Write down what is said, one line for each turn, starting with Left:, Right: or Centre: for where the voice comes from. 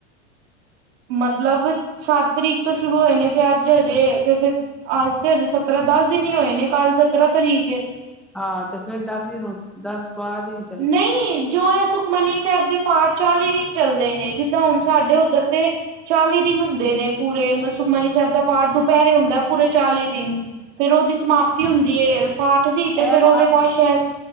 Right: ਮਤਲਬ ਸਾੱਤ ਤਰੀਕ ਤੋਂ ਸ਼ੁਰੂ ਹੋਏ ਨੇ, ਤੇ ਆੱਜ ਹਜੇ, ਤੇ ਫਿਰ ਅੱਜ ਤੇ ਹਜੇ ਸਤਰਾਂ ਦਾੱਸ ਦਿਨ ਈ ਹੋਏ ਨੇ, ਕਾੱਲ ਸਤਰਾਂ ਤਰੀਕ ਏ।
Centre: ਹਾਂ, ਤੇ ਫੇਰ ਦਾੱਸ ਦਿਨ ਉਸ, ਦਾੱਸ-ਬਾਰਾਂ ਦਿਨ ਈ
Right: ਨਹੀਂ, ਜੋ ਐ ਸੂਕ ਮਨੀ ਸ੍ਹੈਬ ਦੇ ਪਾਠ ਚਾਲੀ ਦਿਨ ਚੱਲਦੇ ਨੇ, ਜਿੱਦਾਂ ਹੁਨ ਸਾਡੇ ਓਦੱਰ ਦੇ ਚਾਲੀ ਦਿਨ ਹੁੰਦੇ ਨੇ ਪੂਰੇ, ਮ ਸੁਖਮਨੀ ਸ੍ਹੈਬ ਦਾ ਪਾਠ ਦੁਪੈਰੇ ਹੁੰਦੈ, ਪੂਰੇ ਚਾਲੀ ਦਿਨ। ਫੇਰ ਓਦੀ ਸਮਾਪਤੀ ਹੁੰਦੀ ਏ, ਪਾਠ ਦੀ ਤੇ
Centre: ਐ
Right: ਫਿਰ ਉਹਦੇ
Centre: ਪਾਠ,
Right: ਬਾਅਦ ਸ਼ਾਇਦ